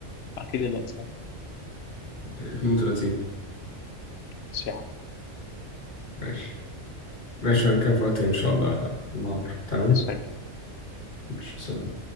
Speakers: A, on the left (about 65°); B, on the left (about 40°).
A: اكيد الانسان
B: 32
A: مش يعني
B: ماشي ماشي نتكلم في وقت تاني ان شاء الله يا عم عمرو تمام
A: مش فاكر
B: ماشي سلام